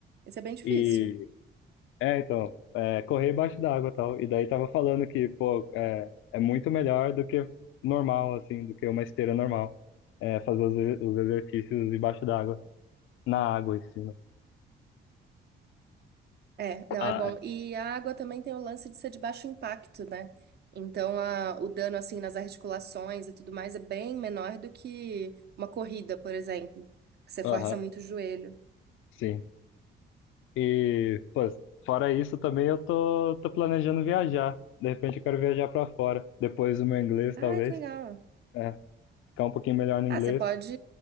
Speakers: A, on the right; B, on the left.
A: Isso é bem difícil.
B: E É, então, é, correr embaixo d'água e tal. E daí tava falando que, pô, é, é muito melhor do que normal, assim, do que uma esteira normal. É, fazer os, ex- os exercícios embaixo d'água, na água em cima.
A: É, não
B: Ah,
A: é bom.
B: é.
A: E a água também tem o lance de ser de baixo impacto, né? Então, a- o dano, assim, nas articulações e tudo mais é bem menor do que uma corrida, por exemplo, que você
B: aham,
A: força muito o joelho.
B: sim. E, pô, fora isso também eu tô, tô planejando viajar. De repente eu quero viajar pra fora, depois do meu inglês,
A: Ah,
B: talvez.
A: que legal.
B: É, ficar um pouquinho melhor no
A: Ah,
B: inglês.
A: você pode,